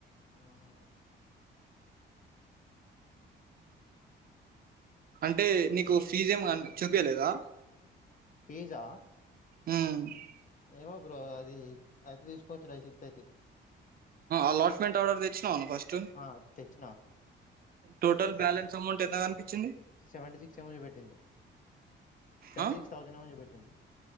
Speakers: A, on the left (about 40°); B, on the right (about 50°).
A: ఆ
B: అంటే నీకు ఫీజ్ ఏమి గన్ చూపియలేదా
A: పిజా
B: ఉ
A: ఏమో బ్రో అది అయితే తీసుకోవచ్చు రాసిప్ట్ అయితే
B: అలాట్మెంట్ ఆర్డర్ తెచ్చినావ నువ్ ఫస్ట్
A: ఆ తెచ్చిన
B: టోటల్ బ్యాలెన్స్ అమౌంట్ ఎంత కనిపించింది
A: సెవెంటీ సిక్స్ ఏమో చూపెట్టింది సెవెంటీ
B: ఆ
A: సిక్స్ థౌసండ్ ఏమో చూపెట్టింది